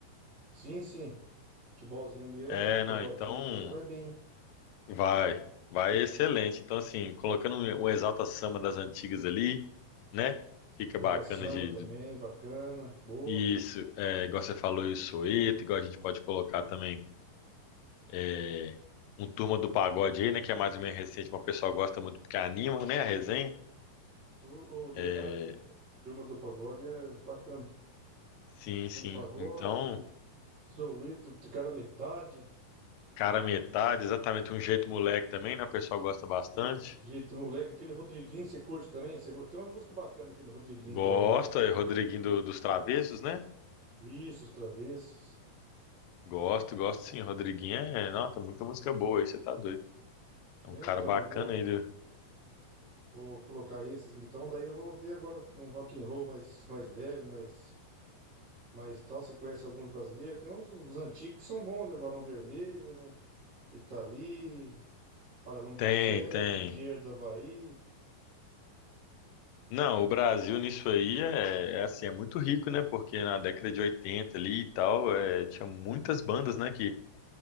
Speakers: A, on the right (about 35°); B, on the left (about 80°).
A: Sim, sim. Futebolzinho ali, um
B: É,
A: pagodinho,
B: não, então
A: coisa vai bem, né?
B: vai, vai excelente. Então, assim, colocando um um Exalta Samba das antigas ali, né? Fica
A: Exalta
B: bacana
A: Samba
B: de,
A: também,
B: de-
A: bacana, boa.
B: isso, é, igual você falou, o Soeto, igual a gente pode colocar também é, um Turma do Pagode aí, né? Que é mais ou menos recente, mas o pessoal gosta muito porque anima, né? A resenha.
A: Tu, ô, verdade,
B: É,
A: é, Turma do Pagode é bacana.
B: sim,
A: Turma
B: sim.
A: do Pagode,
B: Então,
A: Soweto, cara metade.
B: cara, metade, exatamente um jeito moleque também, né? O pessoal gosta bastante.
A: Je- Jeito moleque, aquele Rodriguinho você curte também? Você... go- Tem umas músicas bacanas daquele Rodriguinho
B: Gosta,
A: também, né?
B: é Rodriguinho do- dos Travessos, né?
A: Isso, os travessos.
B: Gosto, gosto sim. Rodriguinho é, não, tem muita música boa aí, você tá doido. É
A: É,
B: um cara
A: Então,
B: bacana
A: eu vou,
B: aí. do-
A: vou colocar esses então, daí eu vou ver agora num rock and roll mais, mais leve, mais, mais tal. Você conhece alguns brasileiros? Tem uns, uns antigos que são bons, né? Barão Vermelho, né? Rita Lee, Paralama do
B: Tem,
A: Sucesso,
B: tem.
A: Engenheiro do Havaí.
B: Não, o Brasil nisso aí é, é assim, é muito rico, né? Porque na década de 80 ali e tal, é, tinha muitas bandas, né, que